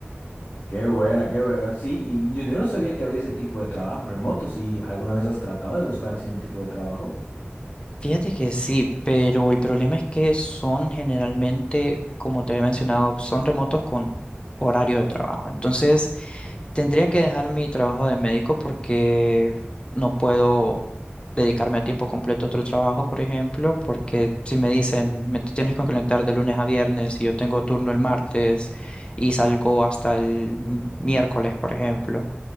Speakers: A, on the left; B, on the left.
A: Qué buena, qué buena. Sí, y yo, yo no sabía que había ese tipo de trabajo remoto. Si alguna vez has tratado de buscar así un tipo de trabajo.
B: Fíjate que sí, pero el problema es que son generalmente, como te había mencionado, son remotos con horario de trabajo. Entonces, Tendría que dejar mi trabajo de médico porque no puedo dedicarme a tiempo completo a otro trabajo, por ejemplo, porque si me dicen, me te tienes que conectar de lunes a viernes y yo tengo turno el martes y salgo hasta el m- miércoles, por ejemplo,